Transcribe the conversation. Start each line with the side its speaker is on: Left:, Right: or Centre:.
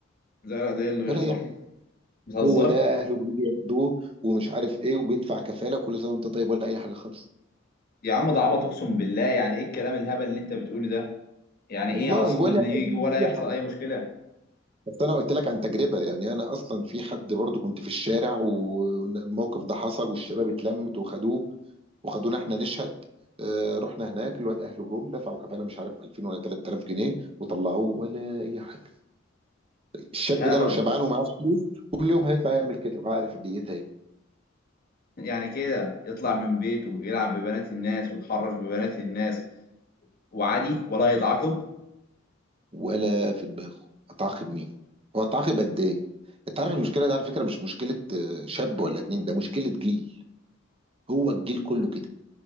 Left: زي العاديه اللي بيحصل
Right: ولا اي حاجه
Left: بتهزر
Right: هو ده اهله بيجي ياخدوه ومش عارف ايه وبيدفع كفاله كل سنه وانت طيب ولا اي حاجه خالص
Left: يا عم ده عبط اقسم بالله يعني ايه الكلام الهبل اللي انت بتقوله ده يعني
Right: والله
Left: ايه اصلا
Right: ولا
Left: ان يجي
Right: اي
Left: ولا يحصل
Right: حاجه
Left: اي مشكله
Right: بس انا قلت لك عن تجربه يعني انا اصلا في حد برضه كنت في الشارع والموقف ده حصل والشباب اتلمت وخدوه وخدونا احنا نشهد آه رحنا هناك الواد اهله جم دفعوا كفاله مش عارف 2000 ولا 3000 جنيه وطلعوه ولا اي حاجه الشاب
Left: ده
Right: ده
Left: هبل
Right: لو شبعان ومعاه فلوس كل يوم هيطلع يعمل كده عارف ديتها ايه
Left: <laughs> يعني كده يطلع من بيته يلعب ببنات الناس ويتحرش ببنات الناس وعادي ولا هيتعاقب
Right: ولا في دماغه اتعاقب مين واتعاقب قد ايه انت عارف المشكله دي على فكره مش مشكله آه، شاب ولا اتنين ده مشكله جيل هو الجيل كله كده